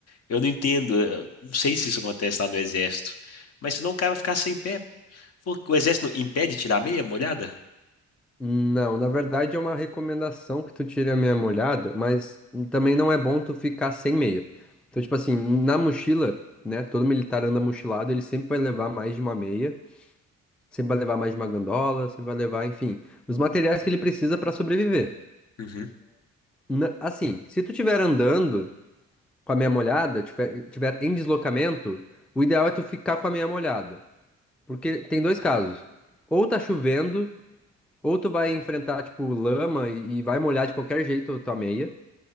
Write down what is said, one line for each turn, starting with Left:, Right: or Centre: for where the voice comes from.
Left: Eu não entendo. eu Não sei se isso acontece lá no exército. Mas senão o cara vai ficar sem pé. Porque o exército não impede de tirar a meia molhada?
Centre: Não, na verdade é uma recomendação que tu tire a meia molhada, mas também não é bom tu ficar sem meia. Então, tipo assim, na mochila, né, todo militar anda mochilado, ele sempre vai levar mais de uma meia, sempre vai levar mais de uma gandola, sempre vai levar, enfim, os materiais que ele precisa pra sobreviver.
Left: Uhum.
Centre: Na- Assim, se tu estiver andando com a meia molhada, tiver, tiver em deslocamento, o ideal é tu ficar com a meia molhada. Porque tem dois casos. Ou tá chovendo, ou tu vai enfrentar, tipo, lama e, e vai molhar de qualquer jeito a tua meia